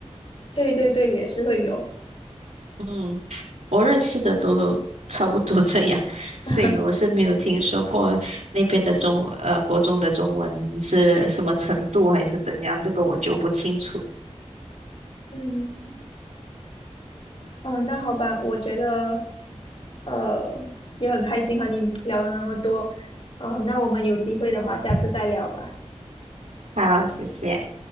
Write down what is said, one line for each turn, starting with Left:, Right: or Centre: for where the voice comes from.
Left: 对对对，也是会有。
Right: 嗯，我认识的都差不多这样，<laughs> 所以我是没有听说过那边的中呃国中的中文是什么程度还是怎样，
Left: <laughs>
Right: 这个我就不清楚。
Left: 嗯，哦，那好吧，我觉得呃，也很开心和你聊了那么多，呃，那我们有机会的话，
Right: 嗯，
Left: 下次再聊吧。
Right: 好，谢谢，